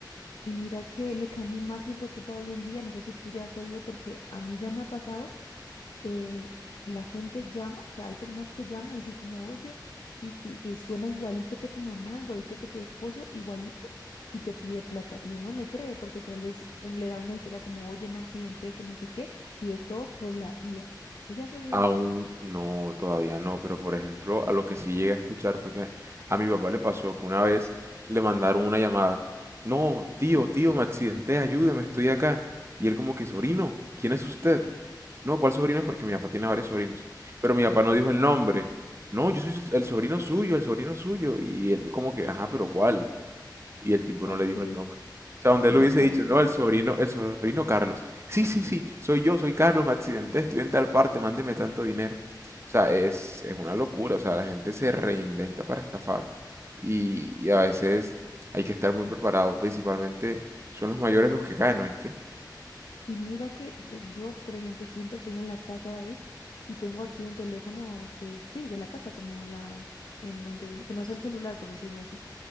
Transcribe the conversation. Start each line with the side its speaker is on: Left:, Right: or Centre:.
Left: Y mira que lo que a mí más me preocupa hoy en día, no sé si tú ya has oído, porque a mí ya me ha pasado eh, la gente llama, o sea, hay personas que llaman y dicen como, oye, y, y, y suena igualito que tu mamá, igualito que tu esposo, igualito, y te pide plata. Y uno le cree porque tal vez un, le da una historia como, oye, me accidenté, que no sé qué, y es todo por la IA. ¿Tú ya has oído
Right: Aún
Left: de eso?
Right: no, todavía no, pero por ejemplo, a lo que sí llegué a escuchar fue que a mi papá le pasó que una vez le mandaron una llamada. No, tío,
Left: Sí.
Right: tío, me accidenté, ayúdeme, estoy acá. Y él como que, sobrino, ¿quién es usted? No, ¿cuál sobrino? Porque mi papá tiene varios sobrinos. Pero mi papá
Left: Ujú.
Right: no dijo el nombre. No, yo soy el sobrino suyo, el sobrino suyo. Y él como que, ajá, pero ¿cuál? Y el tipo
Left: Ok,
Right: no le dijo el nombre. O sea, donde
Left: no
Right: él hubiese
Left: cayó.
Right: dicho, no, el sobrino, el sobrino Carlos. Sí, sí, sí, soy yo, soy Carlos, me accidenté, estudié en tal parte, mándeme tanto dinero. O sea, es, es una locura. O sea, la gente se reinventa para estafar y, y a veces hay que estar muy preparado. Principalmente son los mayores los que caen, ¿oíste?
Left: Y mira que de- yo, por ejemplo, siempre estoy en la casa, David, y tengo aquí un teléfono que es, sí, de la casa, como la, en donde uno, que no es el celular, por decirlo así.